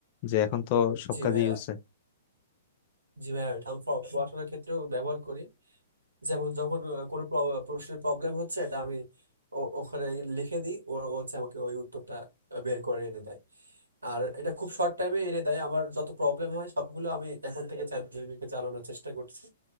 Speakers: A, on the left; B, on the right.
A: যে এখন তো সব
B: জি
A: কাজে
B: ভাইয়া
A: ইউজ হয়
B: জি ভাইয়া আমি পড়াশোনার ক্ষেত্রেও ব্যবহার করি যেমন যখন আহ, কোনো প্র- প্রশ্নের প্রবলেম হচ্ছে এটা আমি ও- ওখানে লিখে দিই ও ও হচ্ছে আমাকে ওই উত্তরটা আহ, বের করে এনে দেয় আর এটা খুব শর্ট টাইমে এনে দেয় আমার যত প্রবলেম হয় সবগুলো আমি এখন থেকে চ্যাট জিপিটিকে চালানোর চেষ্টা করছি